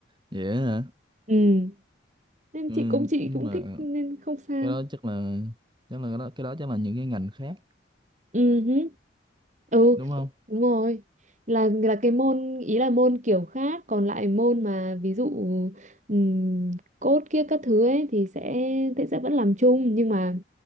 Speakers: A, on the right; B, on the right.
A: vậy á hả?
B: ừ nên
A: Ừ,
B: chị cũng chị
A: nhưng
B: cũng
A: mà
B: thích nên không sao
A: cái đó chắc là chắc là cái đó cái đó chắc là những cái ngành khác
B: Ừ, hứ. ừ
A: đúng không?
B: đúng rồi là là cái môn ý là môn kiểu khác còn lại môn mà ví dụ ừm, code kia các thứ ấy thì sẽ thì sẽ vẫn làm chung nhưng mà